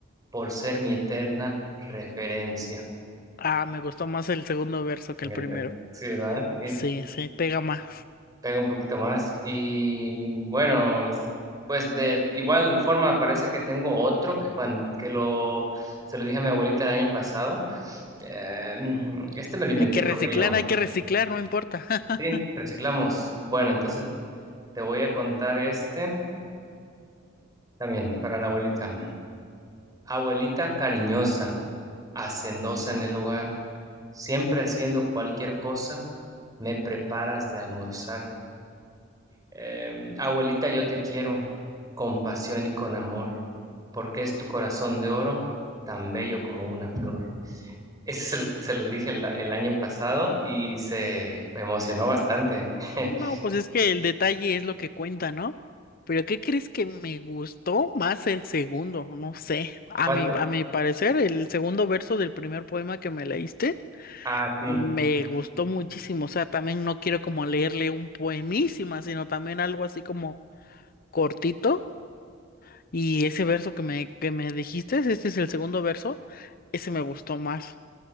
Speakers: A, on the right; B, on the left.
A: por ser mi eterna referencia.
B: Ah, me gustó más el segundo verso que
A: En
B: el
A: el
B: primero.
A: re- Sí, ¿verdad? Sí,
B: Sí, sí, pega más.
A: pega un poquito más. Y bueno, s- pues de igual forma parece que tengo otro que, cuan- que lo, se lo dije a mi abuelita el año pasado. Eh, mm, este me lo inventé,
B: Hay que reciclar,
A: creo que yo.
B: hay que reciclar, no importa. <laughs>
A: Sí, reciclamos. Bueno, entonces... Te voy a contar este también para la abuelita. Abuelita cariñosa, hacendosa en el hogar, siempre haciendo cualquier cosa, me preparas de almorzar. Em, abuelita, yo te quiero con pasión y con amor, porque es tu corazón de oro, tan bello como una flor. Ese se lo, se lo dije el, el año pasado y se emocionó bastante. <laughs>
B: No, pues es que el detalle es lo que cuenta, ¿no? Pero ¿qué crees que me gustó más el segundo? No sé. A
A: ¿Cuál
B: mi,
A: te-
B: a mi parecer, el segundo verso del primer poema que me leíste
A: Ah, sí,
B: Me gustó muchísimo, o sea, también no quiero como leerle un poemísima, sino también algo así como cortito. Y ese verso que me, que me dijiste, este es el segundo verso, ese me gustó más.